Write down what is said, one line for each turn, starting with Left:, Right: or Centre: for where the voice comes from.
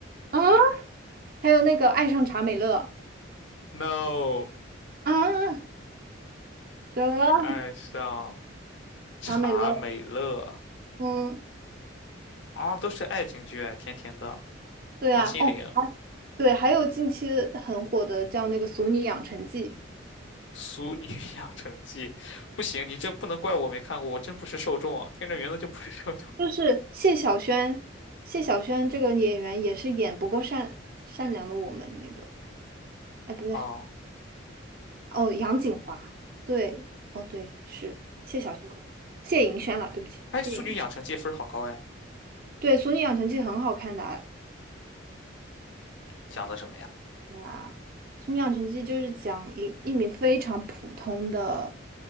Right: 啊，还有那个爱上查美乐
Left: ，No，
Right: 啊，什么
Left: 爱上查美乐
Right: 查美乐？嗯，
Left: 啊，都是爱情剧啊，甜甜的，
Right: 对啊，
Left: 王心凌。
Right: 哦，还对，还有近期很火的叫那个《俗女养成记》，
Left: 俗女养成记，不行，你这不能怪我没看过，我真不是受众啊，听着名字就不是受众。
Right: 就是谢小轩，谢小轩这个演员也是演不够善善良的我们那个，哎，不对，
Left: 哦，
Right: 哦，杨谨华，对，哦对，是谢小轩，谢盈轩了，对不起，
Left: 哎，
Right: 谢盈轩，
Left: 《俗女养成记》分儿好高哎，
Right: 对，《俗女养成记》很好看的啊
Left: 讲的什么呀？
Right: 呀，《速女养成绩就是讲一一名非常普通的